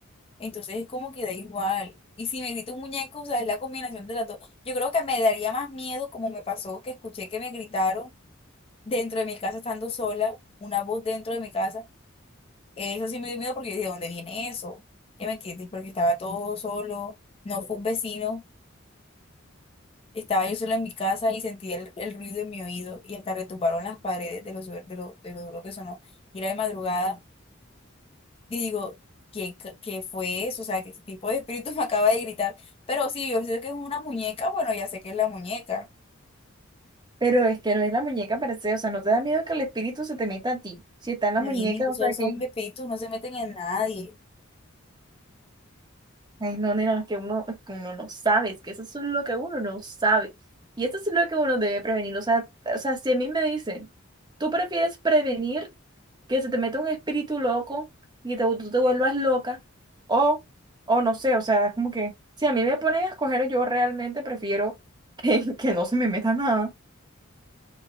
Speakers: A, on the left (about 30°); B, on the right (about 20°).
A: Entonces es como que da igual. Y si me grita un muñeco, o sea, es la combinación de las dos. Yo creo que me daría más miedo, como me pasó, que escuché que me gritaron dentro de mi casa estando sola, una voz dentro de mi casa. Eso sí me dio miedo porque yo dije, ¿de dónde viene eso? ¿Ya me entiendes? Porque estaba todo solo, no fue un vecino, estaba yo sola en mi casa y sentí el, el ruido en mi oído y hasta retumbaron las paredes de lo, suer- de lo, de lo duro que sonó. Y era de madrugada Y digo, ¿qué, c- qué fue eso? O sea, ¿qué tipo de espíritu <laughs> me acaba de gritar? Pero sí, yo sé que es una muñeca, bueno, ya sé que es la muñeca.
B: Pero es que no es la muñeca per se, o sea, no te da miedo que el espíritu se te meta a ti. Si está en la muñeca,
A: A mí incluso
B: o sea
A: esos
B: que,
A: espíritus no se meten en nadie.
B: ay no, nena, es que uno, es que uno no sabe, es que eso es lo que uno no sabe. Y eso es lo que uno debe prevenir. O sea, o sea, si a mí me dicen, tú prefieres prevenir que se te meta un espíritu loco y te, tú te vuelvas loca, o, o no sé, o sea, es como que, si a mí me ponen a escoger, yo realmente prefiero <laughs> que, que no se me meta nada.